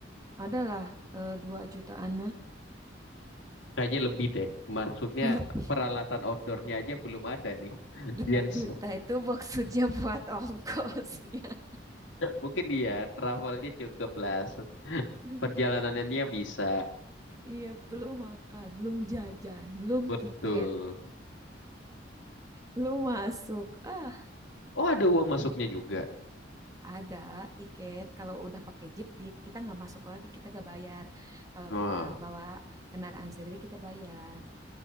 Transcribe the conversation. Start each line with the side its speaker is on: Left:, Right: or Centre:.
Right: adalah eh, dua jutaan mah
Left: kayaknya lebih deh maksudnya
Right: <laughs> lebih
Left: peralatan outdoornya aja belum ada nih
Right: dua
Left: Jens
Right: juta
Left: <laughs>
Right: itu maksudnya buat ongkosnya
Left: mungkin iya travelnya cukup lah
Right: <laughs>
Left: perjalanannya bisa
Right: Iya, belum makan, belum jajan, belum
Left: betul
Right: tiket, belum masuk. Ah,
Left: oh ada uang masuknya juga
Right: ada tiket. Kalau udah pakai jeep, di- kita nggak masuk lagi, kita nggak bayar. Kalau
Left: Wah.
Right: kita bawa kendaraan sendiri, kita bayar.